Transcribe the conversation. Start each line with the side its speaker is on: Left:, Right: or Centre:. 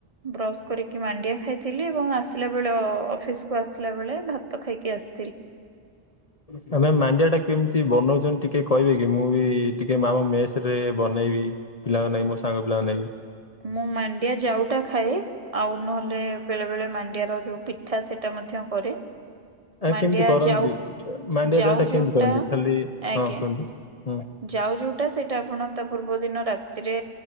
Right: ବ୍ରସ୍ କରିକି ମାଣ୍ଡିଆ ଖାଇଥିଲି ଏବଂ ଆସିଲା ବେଳେ ଅଫିସକୁୁ ଆସିଲା ବେଳେ ଭାତ ଖାଇକି ଆସିି
Left: ହ ଆମେ ମାଣ୍ଡିଆ ଟା କେମିତି ବନଉଛନ୍ତି ଟିକେ କହିବେ କି? ମୁଁ ବି ଟିକେ ଆମ ମେସରେ ବନେଇବି। ପିଲଙ୍ଗ ନାଗି, ମୋ ସଙ୍ଗ ପିଲାଙ୍କ ନାଗି।
Right: ମୁଁ ମାଣ୍ଡିଆ ଯାଉଟା ଖାଏ। ଆଉ ନହେଲେ ବେଳେ ବେଳେ ମାଣ୍ଡିଆର ଯୋଉ ପିଠା ସେଟା ମଧ୍ୟ କରେ।
Left: ଆ
Right: ମାଣ୍ଡିଆ
Left: କେମିତି କରନ୍ତି?
Right: ଯାଉ
Left: ମାଣ୍ଡିଆ
Right: ଯାଉ
Left: ଜାଉ ଟା
Right: ଯୋଉଟା
Left: କେମିତି କରନ୍ତି? ଖାଲି
Right: ଆଜ୍ଞା।
Left: ହଁ କୁହନ୍ତୁ, ହୁଁ
Right: ଯାଉ ଯୋଉଟା, ସେଇଟା ଆପଣ ତା ପୂର୍ବ ଦିନ ରାତିରେ